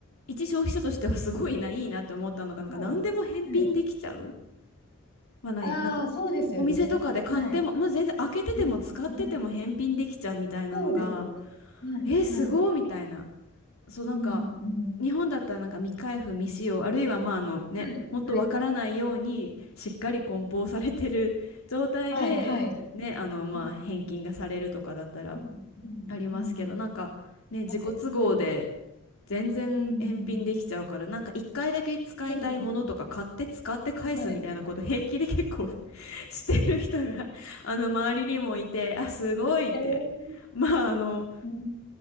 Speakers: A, on the left (about 85°); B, on the left (about 50°).
A: 一消費者としてはすごいな、いいなって思ったのが、なんか何でも返品できちゃう
B: はい、はい。
A: はない、
B: ああ、
A: なんか
B: そうですよね。
A: お店とかで買っても、
B: はい。
A: な全然開けてても使ってても返品できちゃうみたいなのが、
B: うん、うん。そうですね。はい、
A: えー、すごいみたいな。
B: はい。
A: そう、
B: うん、
A: なんか
B: うん。
A: 日本だったらなんか未開封未使用、あるいはまああのね、
B: はい、
A: ほんとわからないようにしっかり梱包されてる
B: はい。
A: <laughs> 状態で、
B: はい、はい。
A: ね、あのまあ返金がされるとかだったら
B: うん、うん、うん、
A: ありますけど、
B: うん。
A: なんかね、自己都合で。
B: はい、はい。
A: 全然返品できちゃうから、
B: うん。
A: なんか一回だけ使いたいものとか買って使って返すみたいなこと平気で結構
B: そうですね。はい。
A: <laughs> してる人が <laughs> あの周りにもいて、あ、すごいって。
B: えー、
A: まあ、あの、
B: うん、